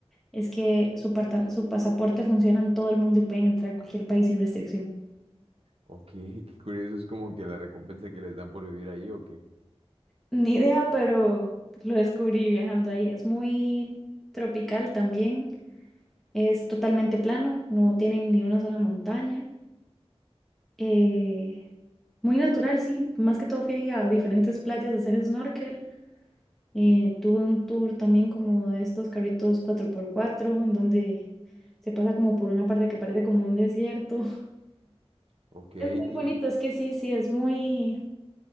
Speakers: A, in the centre; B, on the right.
A: es que su, parta- su pasaporte funciona en todo el mundo y pueden entrar a cualquier país sin restricción.
B: ok, <laughs> qué curioso, es como que la recompensa que les dan por vivir ahí, ok,
A: Ni idea, pero lo descubrí viajando ahí. Es muy tropical también. Es totalmente plano, no tienen ni una sola montaña. Eh, muy natural, sí. Más que todo fui a diferentes playas a hacer snorkel. Eh, tuve un tour también como de estos carritos cuatro por cuatro en donde se pasa como por una parte que parece como un desierto. <laughs>
B: ok,
A: Es muy
B: y,
A: bonito, es que sí, sí, es muy...